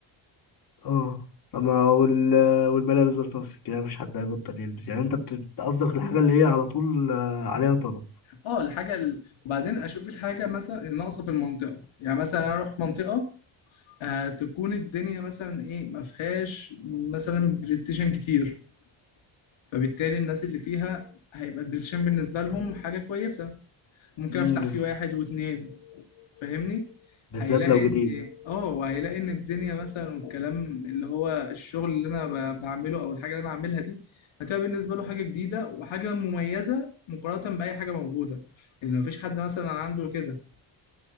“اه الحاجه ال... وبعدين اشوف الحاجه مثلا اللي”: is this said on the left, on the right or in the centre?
Left